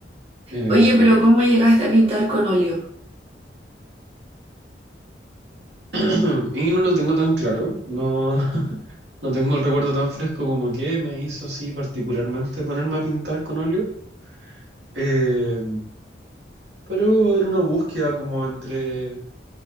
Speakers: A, on the right; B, on the right.
A: Eh,
B: Oye, pero ¿cómo llegaste a pintar con óleo?
A: <clears throat> y no lo tengo tan claro. No, <laughs> no tengo el recuerdo tan fresco como que me hizo así particularmente ponerme a pintar con óleo. Eh, pero era una búsqueda como entre